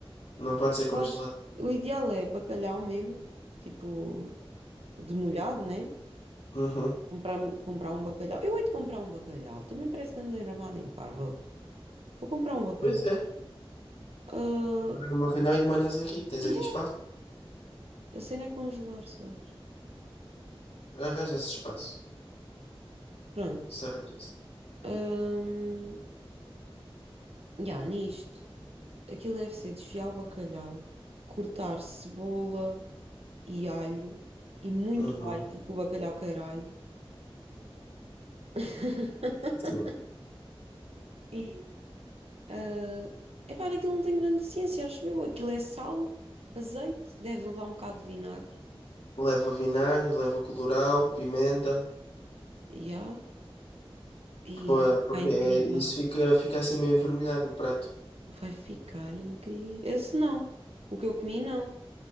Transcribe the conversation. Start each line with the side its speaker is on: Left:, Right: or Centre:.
Left: Não pode ser congelado.
Right: Eu acho que o ideal é bacalhau mesmo, tipo, demolhado, né?
Left: Uhum.
Right: Comprar, comprar um bacalhau. Eu hei de comprar um bacalhau. Também parece que andei armada em parva. Vou comprar um bacalhau.
Left: Pois é.
Right: Ah,
Left: Vai ao Macalhau e molhas aqui. Tens
Right: yeah,
Left: aqui espaço.
Right: a cena é congelar, sabes?
Left: Arranja-se espaço.
Right: Pronto.
Left: Se arranja-se.
Right: Ahm, yeah, nisto. Aquilo deve ser desfiar o bacalhau, cortar cebola e alho. E muito
Left: Uhum.
Right: alho, porque o bacalhau quer alho. <laughs>
Left: Sim.
Right: E, ah, epá, naquilo não tem grande ciência, acho eu. Aquilo é sal, azeite, deve levar um bocado de vinagre.
Left: Leva vinagre, leva colorau, pimenta.
Right: Ya, E
Left: que
Right: vai ficar
Left: Porque
Right: incrível.
Left: é- isso fica, fica assim meio avermelhado, o prato.
Right: Vai ficar incrível. Esse não. O que eu comi, não.